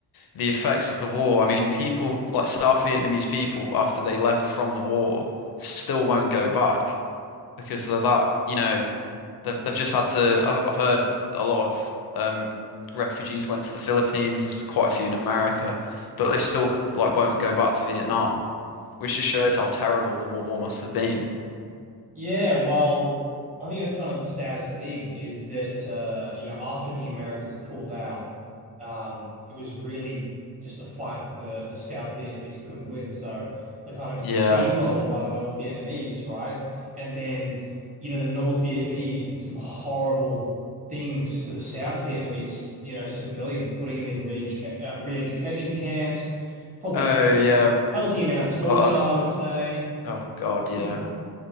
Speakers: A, on the left (about 65°); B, on the right (about 20°).
A: the effects of the war, I mean, people like South Vietnamese people after they left from the war still won't go back because they're that, you know, they've they've just had to. I- I've heard a lot of um refugees went to the Philippines. There's quite a few in America, but they still like won't go back to Vietnam, which just shows how terrible the war must have been.
B: Yeah, well, I think that's kind of the saddest thing is that uh, you know, after the Americans pulled out, um, it was really just a fight that the the South Vietnamese couldn't win. So they kind of got
A: Yeah.
B: steamrolled by the North Vietnamese, right? And then, you know, the North Vietnamese did some horrible things to the South Vietnamese, you know, civilians, putting them in re-educa uh, re-education camps, probably
A: Oh yeah.
B: healthy amount of torture,
A: Oh,
B: I would say. <clears throat>
A: I- oh God, yeah.